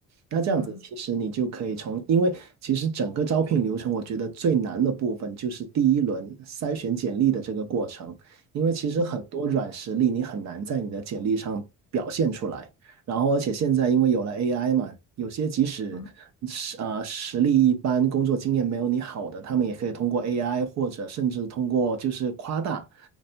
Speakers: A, on the right; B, on the left.
A: 那这样子，
B: 嗯
A: 其实你就可以从，因为其实整个招聘流程，我觉得最难的部分就是第一轮筛选简历的这个过程，因为其实很多软实力你很难在你的简历上表现出来。
B: 嗯
A: 然后而且现在因为有了 AI 嘛，有些即使实啊、
B: 嗯
A: 呃实力一般、工作经验没有你好的，他们也可以通过 AI 或者甚至通过就是夸大，